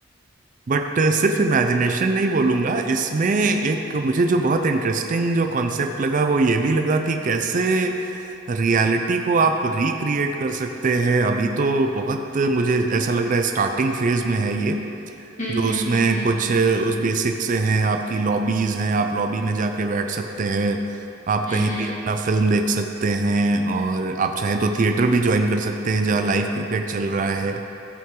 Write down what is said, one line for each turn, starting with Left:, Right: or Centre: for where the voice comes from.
Right: बट <laughs> सिर्फ इमेजिनेशन नहीं बोलूंगा इसमें एक मुझे जो बहुत इंटरेस्टिंग जो कॉन्सेप्ट लगा वो ये भी लगा कि कैसे रियलिटी को आप रिक्रिएट कर सकते हैं अभी तो बहुत मुझे ऐसा लग रहा है स्टार्टिंग फेज में है ये
Left: हम्म
Right: जो
Left: हम्म
Right: उसमें कुछ उस बेसिक से हैं आपकी लॉबीज हैं आप लॉबी में जाके बैठ सकते हैं आप
Left: हम्म
Right: कहीं
Left: हम्म
Right: भी अपना फिल्म देख सकते हैं और आप चाहें तो थिएटर भी ज्वाइन कर सकते हैं जहाँ लाइव क्रिकेट चल रहा है